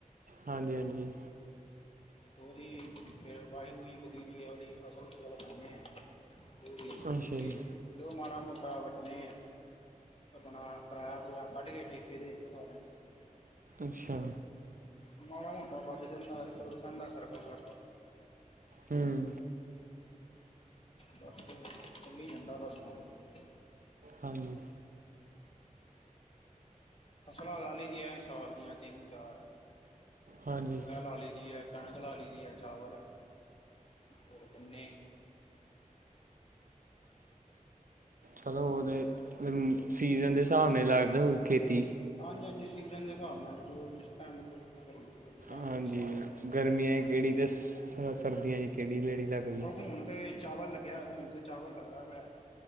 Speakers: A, on the right; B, on the left.
A: ਹਾਂਜੀ ਹਾਂਜੀ
B: ਉਹਦੀ ਫ ਵਾਹੀੂਹੀ ਗੀਦੀ ਹੈ ਉਹਦੀ ਫਸਲ ਉ ਗਲ ਖਾਉਦੇ ਆਾਂ
A: ਅੱਛਾ
B: ੂਝ
A: ਜੀ
B: ਕੇ ਜੋ ਮਾੜਾ ਮੋਟਾ ਵੱਟਣੇੇ ਆ ਣਾ ਕਰਰਾਇਆ ਕਰਰਾਆ ਕੱਢ ਕੇ ਠੇਕੇ ਦੇ ਸ
A: ਅੱਛਾ
B: ਮੜਾ ਮੋਟਾ ਬਾਕੀ ਜਥੋ ਪਦਾ ਸਰਕਲਾ
A: ਹਮ
B: ਬਸ ਤੇ ਚੀ ਜਾਂਦਾ ਬਸ ਪਾਣੀ
A: ਹਾਂਜੀ
B: ਫਸਲਾਲੀ ਦੀਆਂ ਸਾਲ ਦੀਆਂ ਤਿੰਨ ਚਾਰ
A: ਹਾਂਜੀ
B: ਹ ਹੈ ਲ ਲਈ ਹੈ ਕਣਕ ਲ ਲਈ ਹੈ ਚਾਵਲ ਹੋਰ ਗੁੰਨੇ
A: ਚਲੋ ਉਹਦੇ ਫ ਸੀਜ਼ਨ ਦੇ ਹਿਸਾਬ ਨਾਲ ਲੱਗਦੇ ਹੋਏ ਖੇਤੀ
B: ਹਾਂਜੀ ਹਾਂਜੀ ਸੀਜਨ ਦੇ ਹਿਸਾਬ ਨਾਲ ਜੋਿਸਮ ਫਸਲ ਟਾਈਮ
A: ਹਾਂਜੀ
B: ਦੇ ਹਿਸਾਬ ਨਾਲ ਲੈਂਦੇ
A: ਗਰਮੀਆਂ
B: ਆ
A: 'ੀ ਕਿਹੜੀ ਅਤੇ ਸਰਦੀਆਂ 'ੀ ਕਿਹੜੀ ਲੇੜੀ ਲੱਗ ਗਈ
B: ਹੁਣ ਤੇ ਚਾਵਲ ਲੱਗਿਆ ਹੁਣ ਤੇ ਚਾਵਲ ਲੱਗਦਾ ਵ